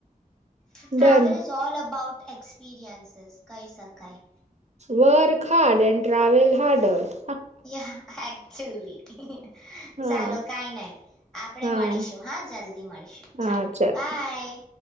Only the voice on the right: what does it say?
ડન
Work hard and travel harder.
હા
હા
હા
ચાલ